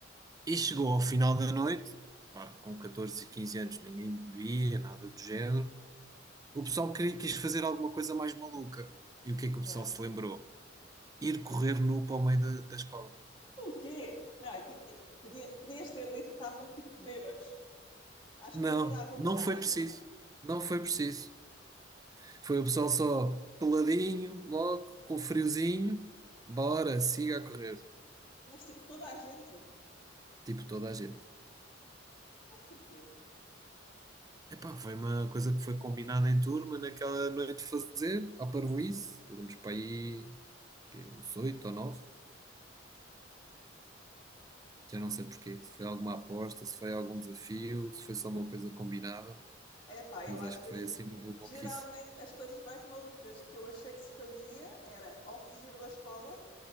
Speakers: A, on the right; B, on the left.
A: E chegou ao final da noite, claro, com 14 e 15 anos ninguém bebia, nada do género. O pessoal queria, quis fazer alguma coisa mais maluca. E o que é que o
B: Yeah.
A: pessoal se lembrou? Ir correr nu para o meio da, da escola.
B: O quê? Não, é que é, podia- podias ter dito que estavam tipo bêbados. Acho
A: Não,
B: que melhorava um
A: não
B: bocado.
A: foi
B: <laughs>
A: preciso. Não foi preciso. Foi o pessoal só peladinho, logo, com friozinho. Bora, siga a correr.
B: Mas tipo, toda a gente.
A: Tipo toda a gente.
B: Mas porquê?
A: Epá, foi uma coisa que foi combinada em turma naquela noite de fazer, à parvoíce. Éramos para aí quê, uns oito ou nove. Já não sei porquê, se foi alguma aposta, se foi algum desafio, se foi só uma coisa combinada,
B: É pá,
A: mas
B: eu acho
A: acho
B: que
A: que foi
B: assim,
A: assim uma boa maluquice.
B: geralmente as coisas mais malucas que eu achei que se fazia era ou fugir da escola